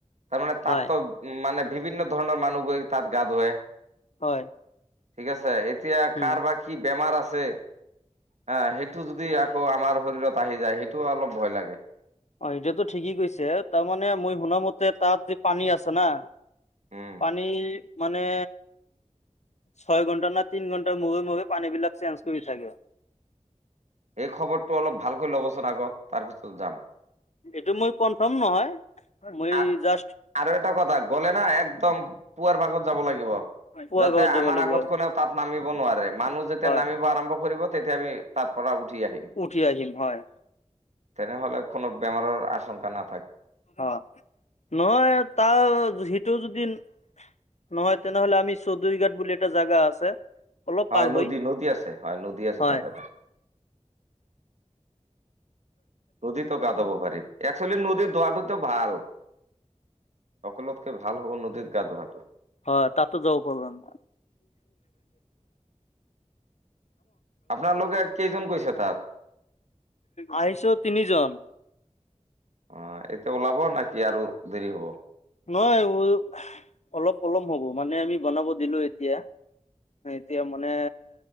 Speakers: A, on the right; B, on the left.
A: তাৰমানে
B: হয়
A: তাততো উ মানে বিভিন্ন ধৰণৰ মানুহ গৈ তাত গা ধুৱে।
B: হয়
A: ঠিক আছে এতিয়া
B: উম
A: কাৰ বা কি বেমাৰ আছে। হ সেইটো যদি আকৌ আমাৰ শৰীৰত আহি যায় সেইটোও অলপ ভয় লাগে।
B: অঁ এটোতো ঠিকেই কৈছে তাৰমানে মই শুনামতে তাত যে পানী আছে না।
A: উম
B: পানী মানে ছয় ঘন্টা ন তিন ঘণ্টা মুখে মুখে পানী বিলাক চেঞ্জ কৰি থাকে।
A: এই খবৰটো অলপ ভালকৈ ল'বচোন আগত তাৰ পিছত যাম
B: এইটো মই কনফাৰ্ম নহয়। মই
A: আ
B: জাষ্ট
A: আৰু এটা কথা গ'লে না একদম পুৱাৰ ভাগত যাব লাগিব
B: পুৱাৰ
A: যাতে
B: ভাগত যাব
A: আমাৰ
B: লাগিব
A: আগত কোনেও তাত নামিব নোৱাৰে মানুহ যেতিয়া
B: হয়
A: নামিব আৰম্ভ কৰিব তেতিয়া আমি তাৰ পৰা উঠি আহিম
B: উঠি আহিম হয়
A: তেনেহলে কোনো বেমাৰৰ আশংকা না
B: অঁ নহয় তাৰ সিটো। যদি নহয় তেনেহ'লে আমি চৌধুৰীঘাট বুলি এটা জাগা আছে। অলপ
A: হয়
B: পাৰ হৈ
A: নদী নদী আছে হয় নদী আছে
B: হয়
A: তাত এটা নদীতো গা ধোব পাৰি একচোৱেলি নদীত গা ধোৱা তো ভাল সকলোতকে ভাল হব নদীত গা ধোৱাটো
B: হয় তাতো যাব পার্লাম হয়।
A: আপোনালোকে কেইজন গৈছে তাত।
B: আহিছো তিনিজন।
A: অ এতিয়া ওলাব নাকি আৰু দেৰি হ'ব।
B: নহয় উ অলপ পলম হ'ব মানে আমি বনাব দিলো এতিয়া
A: <inaudible>
B: এতিয়া মানে